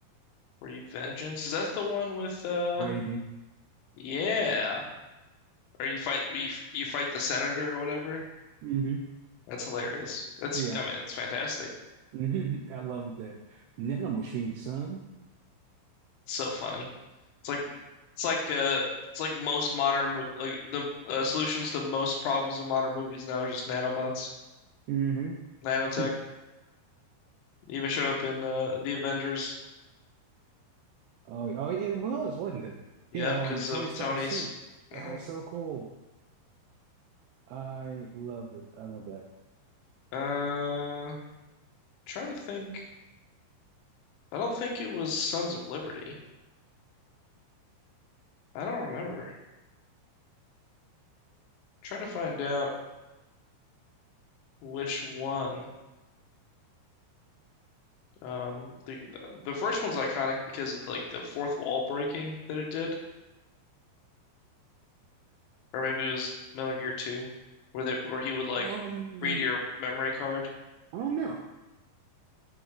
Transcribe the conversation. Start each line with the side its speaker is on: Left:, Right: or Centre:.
Left: Revengeance? Is that the one with uh?
Right: Raiden.
Left: Yeah. Or you fight you, you fight the senator or whatever?
Right: hmm
Left: That's hilarious. That's
Right: Yeah.
Left: I mean it's fantastic.
Right: hmm <laughs> I loved that. Nano Machine, son.
Left: It's so funny. It's like it's like uh it's like most modern mo like the uh, solutions to most problems in modern movies now are just nanobots,
Right: hmm
Left: nanotech.
Right: <laughs>
Left: It even showed up in uh, the Avengers
Right: Oh, oh yeah, it was, wasn't it?
Left: Yep,
Right: Yeah, um,
Left: because
Right: Tony
Left: of
Right: Stark's
Left: Tony's.
Right: suit. That
Left: hmm
Right: was so cool. I love it. I love that.
Left: Uh, trying to think. I don't think it was Sons of Liberty. I don't remember. Trying to find out which one. Um, the the first one's iconic because of like the fourth wall breaking that it did, or maybe it was Metal Gear 2, where they where he would like
Right: Um,
Left: read your memory card.
Right: I don't know.